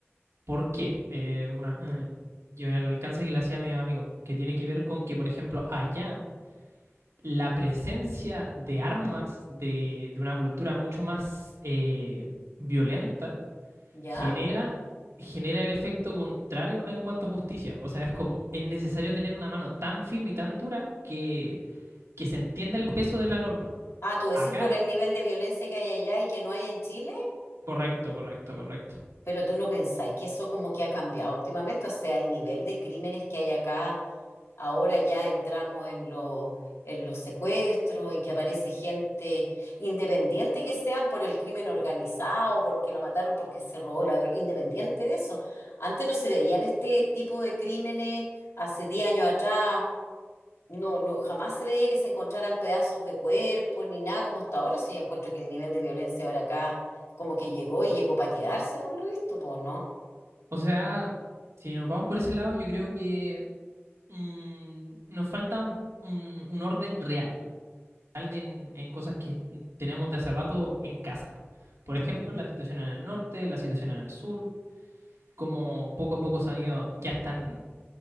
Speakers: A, on the right (about 80°); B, on the left (about 75°).
A: ¿Por qué? Eh, una, eh, yo el alcance que le hacía a mis amigos, que tiene que ver con que, por ejemplo, allá la presencia de armas de, de una cultura mucho más eh, violenta
B: ¿ya?
A: genera, genera el efecto contrario en cuanto a justicia. O sea, es como, es necesario tener una mano tan firme y tan dura que, que se entienda el peso de la norma.
B: Ah, tú decís
A: Acá
B: por el nivel de violencia que hay allá y que no hay en Chile,
A: Correcto, correcto, correcto.
B: pero tú no pensáis que eso como que ha cambiado últimamente, o sea, el nivel de crímenes que hay acá Ahora ya entramos en los, en los secuestros, en que aparece gente independiente que sean por el crimen organizado, porque lo mataron, porque se robó la droga, independiente de eso. Antes no se veían este tipo de crímenes, hace 10 años atrás, no, no, jamás se veía que se encontraran pedazos de cuerpo ni nada como hasta ahora. Sí, yo encuentro que el nivel de violencia ahora acá como que llegó y llegó para quedarse, por lo visto, pues, ¿no?
A: O sea, si nos vamos por ese lado, yo creo que mm, nos falta un, un- un orden real, real en, en cosas que tenemos de hace rato en casa. Por ejemplo, la situación en el norte, la situación en el sur, como poco a poco se han ido, ya están